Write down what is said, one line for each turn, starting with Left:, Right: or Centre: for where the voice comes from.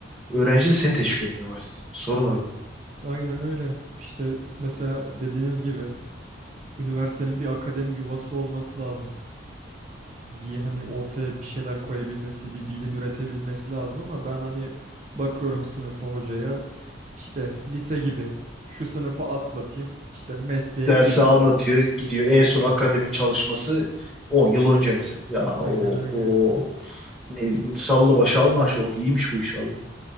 Centre: öğrenci de seni teşvik etmeye başlasın. Sorun orada.
Right: Aynen öyle. İşte mesela dediğiniz gibi üniversitenin bir akademi yuvası olması lazım. Bir hani ortaya bir şeyler koyabilmesi, bir bilim üretebilmesi lazım ama ben hani bakıyorum sınıfa hocaya işte lise gibi şu sınıfı atlatayım, işte mesleğe
Centre: Dersi
Right: gideyim.
Centre: anlatıyor, gidiyor. En
Right: Aynen.
Centre: son akademik çalışması 10 yıl önce mesela. Ya
Right: Aynen
Centre: o
Right: öyle.
Centre: o ne, salla başa alma aşağı. Oh, iyiymiş bu iş valla.